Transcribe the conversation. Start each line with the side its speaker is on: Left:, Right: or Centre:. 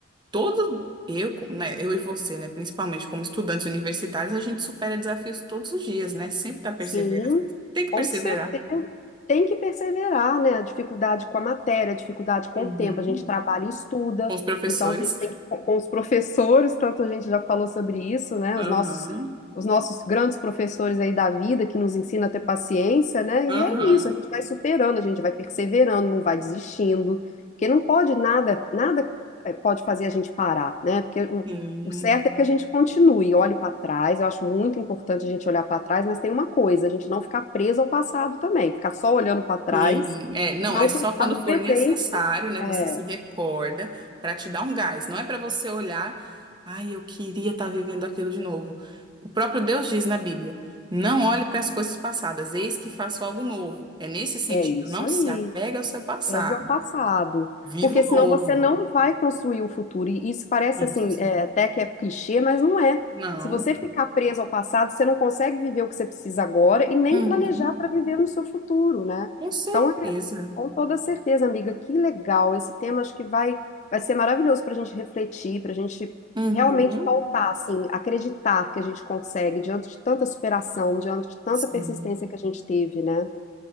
Right: todo Eu, né, eu e você, né, principalmente como estudantes universitários, a gente supera desafios todos os dias, né? Sempre tá perseverando.
Left: Sim,
Right: Tem que
Left: com
Right: perseverar.
Left: certeza. Tem que perseverar, né? A dificuldade com a matéria, a dificuldade com
Right: Uhum.
Left: o tempo. A gente trabalha e estuda,
Right: Com os professores.
Left: então a gente tem que, com com os professores, tanto a gente já falou sobre isso, né? Os
Right: Aham,
Left: nossos, os nossos grandes professores aí da vida, que nos ensina a ter paciência, né?
Right: aham.
Left: E é isso, a gente vai superando, a gente vai perseverando, não vai desistindo, porque não pode nada, nada eh, pode fazer a gente parar, né? Porque o
Right: Sim.
Left: O certo é que a gente continue, olhe para trás. Eu acho muito importante a gente olhar para trás, mas tem uma coisa, a gente não ficar preso ao passado também, ficar só olhando para trás
Right: Sim, é, não,
Left: e não
Right: é só
Left: cuidar
Right: quando
Left: do
Right: for
Left: presente.
Right: necessário, né?
Left: É,
Right: Você se recorda para te dar um gás. Não é para você olhar, ai, eu queria estar vivendo aquilo de novo. O próprio Deus diz na Bíblia: não olhe para as coisas passadas, eis que faço algo novo. É nesse sentido,
Left: é isso
Right: não
Left: aí.
Right: se apega ao seu passado.
Left: Pegue ao passado,
Right: Viva
Left: porque
Right: o
Left: senão
Right: novo.
Left: você não vai construir o futuro. E isso parece
Right: Isso.
Left: assim, é, até que é clichê, mas não é.
Right: Não.
Left: Se você ficar preso ao passado, você não consegue viver o que você precisa agora e nem
Right: Uhum.
Left: planejar para viver no seu futuro, né?
Right: Com certeza.
Left: Então, é, com toda certeza, amiga, que legal. Esse tema acho que vai, vai ser maravilhoso para a gente refletir, para a gente
Right: Uhum.
Left: realmente pautar, assim, acreditar que a gente consegue diante de tanta superação, diante de tanta
Right: Sim.
Left: persistência que a gente teve, né?